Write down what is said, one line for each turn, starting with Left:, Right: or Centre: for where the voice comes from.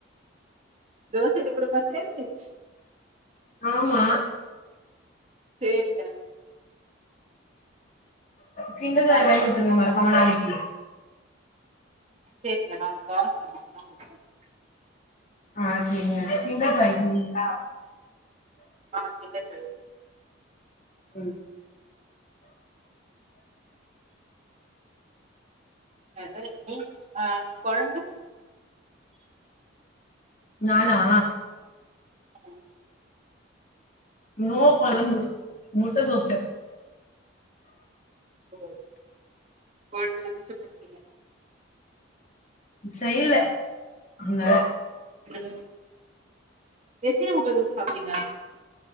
Right: தோசை குருமா சேம் பின்ச்
Left: ஆமா
Right: சேரிங்க
Left: கிண்டர் ஜாய்
Right: வாங்கிட்டே
Left: வாங்கி குடுத்துடுங்க மறக்காம நாளைக்கு
Right: சேரிங்க நாளைக்கு கால் வந்திச்சுன்னா உங்களுக்கு
Left: ஆ சேரிங்க நீங்க தா தைப்பிங்களா
Right: ஆ <unintelligible>
Left: ம்
Right: அது நீ அ குழம்பு
Left: நானா
Right: ஆ
Left: நோ குழம்பு முட்ட தோச
Right: ஓ குழம்பெல்லா மிச்ச படுத்துரிங்க
Left: செய்ல அங்க
Right: உம் எத்தின முட்ட தோச சாப்புட்டீங்க